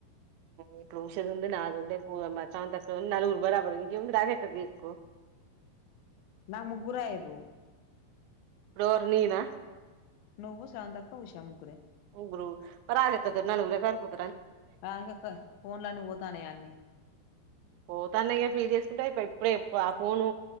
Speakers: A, on the right; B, on the left.
A: ఇప్పుడు ఉషది ఉంది నాది ఉంది. పూ మరి శాంతి అక్క ఉంది నలుగురు బరాబర ఇంకెంది డైరెక్ట్ తీసుకో.
B: నా ముగ్గురే అయిరు
A: ఇపుడు ఎవరు నిన్నా
B: నువు శాంతి అక్క, ఉష ముగ్గురే
A: ముగురు శ్రావ్య అక్క తోటి నల్గురు సరిపోత
B: ఆగు అక్క ఫోన్లు అన్ని పోతోనే అన్ని.
A: పోతంనాయి ఫీడ్ చేసుకుంటా అయిపోయి ఇప్పుడే చెపు ఆ ఫోను